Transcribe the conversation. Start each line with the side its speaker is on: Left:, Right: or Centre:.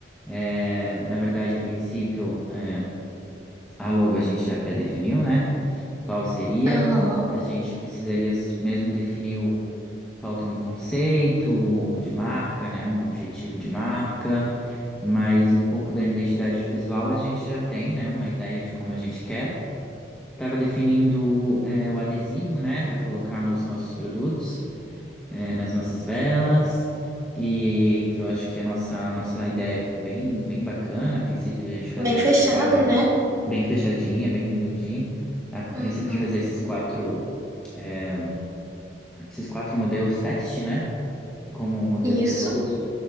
Centre: É, na verdade, a princípio, é, a logo a gente já pré-definiu, né? qual seria?
Right: Aham,
Centre: A gente precisaria s- mesmo definir o. Falta um conceito de marca, né? Um objetivo de marca, mas um pouco da identidade visual a gente já tem, né? Uma ideia de como a gente quer. Estava definindo é, o adesivo, né? Para colocar nos nossos produtos, é, nas nossas velas. E que eu acho que a nossa, nossa ideia ficou bem, bem bacana. A princípio, de a gente fazer
Right: Bem
Centre: esses
Right: fechada,
Centre: quatro
Right: né?
Centre: bem fechadinha, bem redondinha. A princípio
Right: Aham.
Centre: de fazer esses quatro, é, esses quatro modelos teste, né? Como modelo piloto,
Right: Isso,